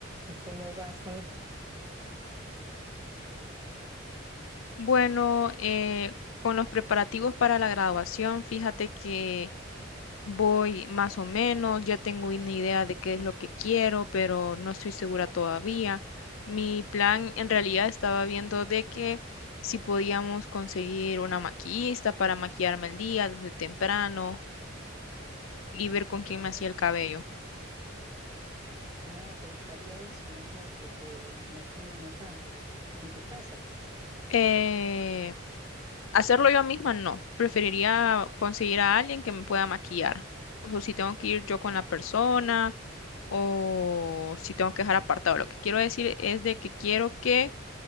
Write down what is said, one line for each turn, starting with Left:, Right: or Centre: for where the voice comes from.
Right: ¿Y cómo vas con los...
Left: Bueno, eh, con los preparativos para la graduación, fíjate que voy más o menos, ya tengo una idea de qué es lo que quiero, pero no estoy segura todavía. Mi plan en realidad estaba viendo de que si podíamos conseguir una maquillista para maquillarme el día desde temprano y ver con quién me hacía el cabello.
Right: Ah, ¿te gustaría eso? Mejor que te maquillen acá, en tu casa, pues.
Left: Eh, hacerlo yo misma, no. Preferiría conseguir a alguien que me pueda maquillar. O si tengo que ir yo con la persona, o si tengo que dejar apartado. Lo que quiero decir es de que quiero que